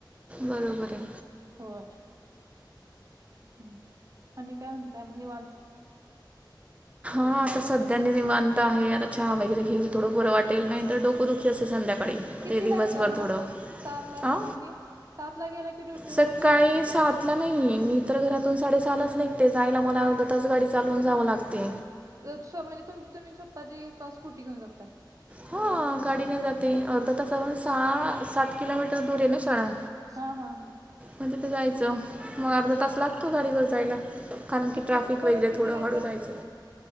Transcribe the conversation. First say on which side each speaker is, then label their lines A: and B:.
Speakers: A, on the right (about 15°); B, on the right (about 45°).
A: बरोबर ये.
B: होय. हम्म आणि काय म्हणताय म निवांत? आता
A: हा
B: तुम्हाला
A: तसं त्यांनी निवांत आहे. आता चहा वगैरे घेईल, थोडं बरं वाटेल. नाही तर डोक दुःखी असते संध्याकाळी.
B: कितीला
A: ते दिवसभर
B: येताय मग
A: थोडं,
B: सात ला
A: अ
B: गेला की सात ला गेला की ड्युटीवरून
A: सकाळी
B: कितीला
A: सात ला नाही. मी तर घरातून साडेसहालाच निघते. जायला मला अर्धा तास गाडी चालवून जावं लागते.
B: लत स म्हणजे तुम तुम्ही स्वतःची का स्कुटी घेऊन जातय?
A: हो गाडीने जाते. अर्धा तासावर साळा सहा सात किलोमीटर दूर ये ना शाळा.
B: हा हा हा..
A: मग तिथं जायचं. मग अर्धा
B: हा
A: तास लागतो गाडीवर जायला, कारण
B: मग किती
A: की ट्रॅफिक
B: परत
A: वगैरे
B: कितीला
A: थोडं
B: येतय
A: हडू जायचं.